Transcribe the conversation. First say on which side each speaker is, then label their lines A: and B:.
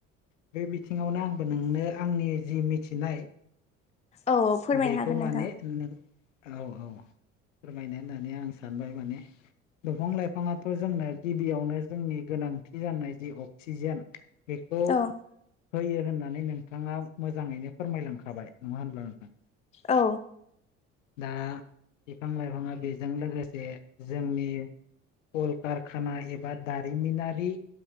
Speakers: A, on the left; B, on the left.
A: बे बिथिङावनो आंबो नोंनो आंनि जि मिथिनाय
B: औ औ फोरमायनो
A: बेखौ
B: हागोन
A: माने
B: नोंथां
A: नों औ औ फोरमायनो होननानै आं सानबाय माने दंफां लाइफाङा थ' जोंनो गिबियावनो जोंनि गोनांथि जानाय जि अक्सिजेन बेखौ
B: औ
A: होयो होननानै नोंथाङा मोजाङैनो फोरमायलांखाबाय नङा होनब्ला नोंथां
B: औ।
A: दा बिफां लाइफाङा बेजों लोगोसे जोंनि कलकारखाना एबा दारिमिनारि